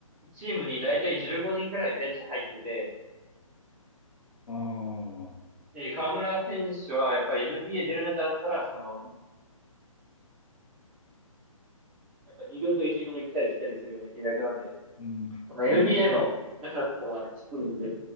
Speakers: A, in the centre; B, on the left.
A: チームに大体15人くらいベンチ入ってて、
B: ああ。
A: で、河村選手はやっぱり NBA 出る中だったら、その、やっぱ2軍と1軍行ったり来たりするような契約なんで、
B: うん。ということは、
A: その NBA の中だったら低いんで、